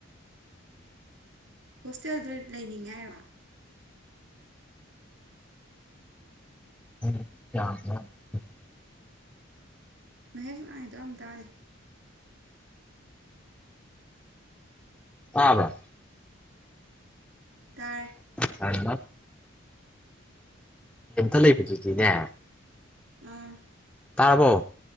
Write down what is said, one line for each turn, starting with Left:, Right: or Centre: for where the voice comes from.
Right: ꯍꯣꯁꯇꯦꯜꯗ ꯂꯩꯅꯤꯡꯉꯦ ꯍꯥꯏꯔꯣ
Centre: ꯍꯣꯏ <unintelligible> ꯏ
Right: ꯃꯍꯦꯛ ꯏꯗꯣ <unintelligible> ꯌꯥꯝ ꯇꯥꯔꯦ
Centre: ꯇꯕꯔꯣ
Right: ꯇꯥꯔꯦ
Centre: ꯀꯃ ꯔꯦꯟꯠ ꯂꯩꯕꯗꯨꯒꯤꯅꯦ
Right: ꯑꯝ
Centre: ꯇꯥꯔꯕꯣ